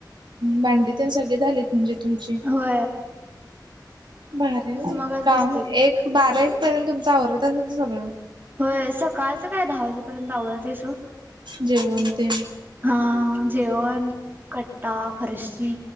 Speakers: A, on the right (about 80°); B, on the right (about 25°).
A: भांडी ते सगळे झालेत म्हणजे तुमची
B: हो
A: बर
B: मगच
A: काम
B: बसते
A: एक बारावीस पर्यंत तुमचा आवरत असेल ना सगळं
B: होय सकाळचं काय दहा वाजेपर्यंत अवला ते सड
A: जेवण तेन
B: हां जेव खट्टा फर्शी